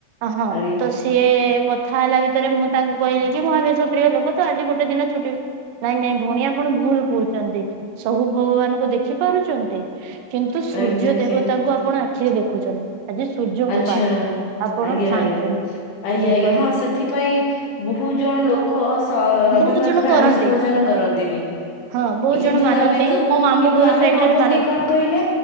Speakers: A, on the right; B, on the left.
A: ଅ ହଁ
B: ଆଜ୍ଞା
A: ତ ସିଏ କ ଥା ହେଲା ଭିତରେ ମୁଁ ତାଙ୍କୁ କହିଲି କି ମୁଁ ଆମିଷ ପ୍ରିୟ ଲୋକ ତ ଆଜି ଗୋଟେ ଦିନ ଛୁଟିଅଛି ନାଇଁ ନାଇଁ ଭଉଣୀ ଆପଣ ଭୁଲ୍ କହୁଚନ୍ତି ସବୁ ଭଗବାନଙ୍କୁ ଦେଖି ପାରୁଚନ୍ତି? କିନ୍ତୁ ସୂର୍ଯ୍ୟ
B: ଆଜ୍ଞା ଆଜ୍ଞା
A: ଦେବତାଙ୍କୁ ଆପଣ ଆଖିରେ ଦେଖୁଛନ୍ତି। ଆଜି ସୂର୍ଯ୍ୟଙ୍କ
B: ଆଚ୍ଛା
A: ବାର ଆପଣ
B: ଆଜ୍ଞା
A: ଖାଆନ୍ତୁନି।
B: ଆଜ୍ଞା ଆଜ୍ଞା
A: ମୁଁ
B: ଆଜ୍ଞା
A: କହିଲି
B: ହଁ ସେଥିପାଇଁ ବହୁତ ଜଣ ଲୋକ ସ ରବିବାର
A: ବହୁତ ଜଣ
B: ଦିନ
A: କରନ୍ତି
B: ଆମିଷ ଭୋଜନ କରନ୍ତି ନ୍ତିନି
A: ହଁ ବହୁତ
B: କିନ୍ତୁ
A: ଜଣ ମାନନ୍ତି
B: ଆମେ ତ
A: ମୋ ମାମୁଁ
B: କିନ୍ତୁ
A: ଘର
B: ଆମେ
A: ସାଇଡ
B: ଭାବନ୍ତି
A: ରେ ବି ମାନନ୍ତି
B: କଣ କହିଲେ?